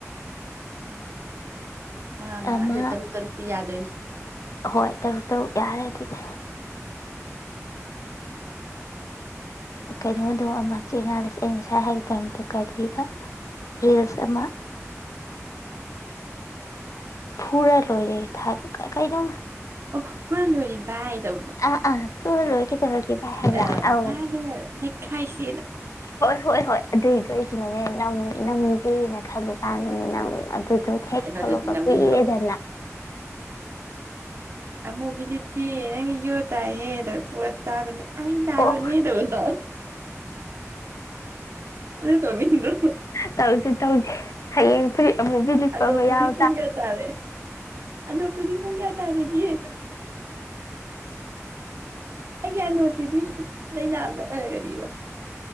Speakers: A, on the right; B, on the left.
A: ꯃꯉꯥ ꯃꯉꯥ
B: ꯑꯃ
A: ꯑꯗꯨ ꯇꯔꯨꯛ ꯇꯔꯨꯛꯇꯤ ꯌꯥꯗꯣꯏꯅꯤ
B: ꯍꯣꯏ ꯇꯔꯨꯛ ꯇꯔꯨꯛ ꯌꯥꯔꯦ ꯑꯗꯨꯗꯤ ꯀꯩꯅꯣꯗꯣ ꯑꯃ ꯆꯦꯡꯅꯥꯁꯦ ꯑꯩꯅ ꯉꯁꯥꯏ ꯍꯥꯏꯒꯗꯧꯛꯇ ꯀꯔꯤꯕ ꯔꯤꯜꯁ ꯑꯃ ꯐꯨꯔ ꯂꯣꯏꯔꯦ ꯍꯥꯏꯕ ꯀꯩꯅꯣ
A: ꯑꯣ ꯐꯔ ꯂꯣꯏꯔꯝ ꯕꯥ ꯑꯗ
B: ꯑꯥ ꯑꯥ ꯐꯨꯔ ꯂꯣꯏꯔꯦ ꯀꯩꯗꯧꯔꯒꯦ ꯚꯥꯏ ꯍꯥꯏꯕ꯭ꯔꯥ
A: ꯑ
B: ꯑꯧ
A: ꯃꯥꯗ ꯍꯥꯏꯁꯤ
B: ꯍꯣꯏ ꯍꯣꯏ ꯍꯣꯏ ꯑꯗꯨꯏꯗꯏ ꯁꯤꯅꯅꯦ ꯅꯝꯖꯦꯅ ꯈꯜꯂꯀꯥꯟꯗꯅꯦ ꯅꯪ ꯑꯗꯨ ꯍꯦꯦꯛ
A: ꯀꯩꯅꯣꯗꯨꯗꯤ
B: ꯐꯂꯣ ꯐ
A: ꯅꯝꯅꯤꯡꯗ꯭ꯔꯣ
B: ꯀꯨ ꯏꯔꯦꯗ
A: ꯑꯃꯃꯨꯕꯤꯗꯤꯄꯤꯤ ꯅꯪ ꯌꯣ ꯇꯥꯏ ꯍꯦ ꯑꯗ ꯄꯨꯔꯁ ꯇꯥꯕꯅꯦ ꯑ ꯇꯔꯕꯅꯤ
B: ꯑꯣ
A: ꯇꯧꯕꯗꯣ ꯑ ꯇꯅꯤꯡꯗ
B: ꯇꯧꯁꯤ ꯇꯧꯁꯤ ꯍꯌꯦꯡ ꯐꯨꯔꯤꯠ ꯑꯃꯨꯕꯤ ꯂꯤꯠꯄ
A: ꯑꯗꯣꯞꯗꯨꯨꯗꯤ
B: ꯑꯃ ꯌꯥꯎ
A: ꯄꯨꯡ ꯀꯌꯥ ꯇꯥꯔꯦ ꯑꯗꯣꯛꯞꯇꯨꯗꯤ ꯄꯨꯡ ꯀꯌꯥ ꯇꯥꯔꯦꯒꯦ ꯑꯩ ꯀꯌꯥ ꯅꯣꯠꯇꯤꯗꯤ ꯂꯩꯅꯥ ꯀ